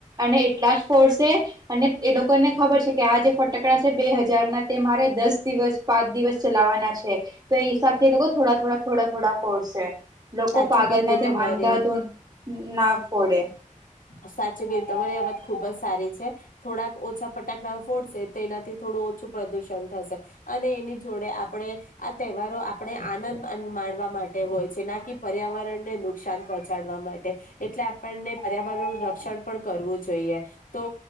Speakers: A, on the right (about 30°); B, on the left (about 90°).
A: અને એટલા જ ફોડશે કે અને એ લોકોને ખબર છે કે આ જે ફટાકડા છે બે હજાર ના તે મારે દસ દિવસ પાંચ દિવસ ચલાવાના છ છે. તે ઈસાબ કે લોકો થોડા થોડા થોડા થોડા ફોર્સ છે. લોકો
B: સાચું
A: પાગલ
B: કીધું
A: ના એમ
B: તમારે
A: અંધાધૂન ના ફોડે.
B: સાચું કીધું તમારી આ વાત ખુબ જ સારી છે થોડાક ઓછા ફટાકડા ફોડશે તો એનાથી થોડું ઓછું પ્રદુષણ થશે અને એની જોડે આપડે આ તહેવારો આપણે આનંદ આન માણવા માટે હોય છે નાકી પર્યાવરણને નુકસાન પહોંચાડવા મા ટે એટલે આપણને પર્યાવરણ નું રક્ષણ પણ કરવું જોઈએ તો